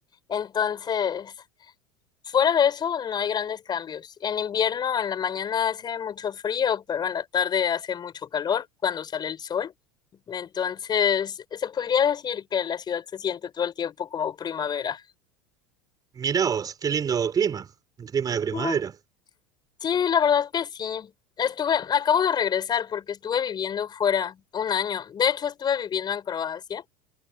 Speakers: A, on the left (about 35°); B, on the right (about 30°).
A: Entonces, Fuera de eso, no hay grandes cambios. En invierno, en la mañana hace mucho frío, pero en la tarde hace mucho calor cuando sale el sol. Entonces, se podría decir que la ciudad se siente todo el tiempo como primavera.
B: Mirá vos, qué lindo clima. Un clima de primavera.
A: Mm, Sí, la verdad que sí. Estuve, acabo de regresar porque estuve viviendo fuera un año. De hecho, estuve viviendo en Croacia.